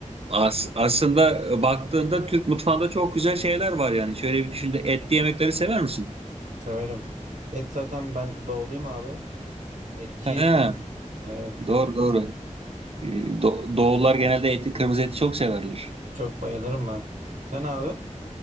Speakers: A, on the right (about 50°); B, on the right (about 80°).
A: as, aslında baktığında Türk mutfağında çok güzel şeyler var yani. Şöyle bir düşün etli yemekleri sever misin?
B: Severim. Et zaten ben doğduyum abi. Etçiyiz
A: He,
B: yani. Evet.
A: doğru doğru. E, Do- Doğullar genelde eti, kırmızı eti çok severler.
B: Çok bayılırım ben. Sen abi?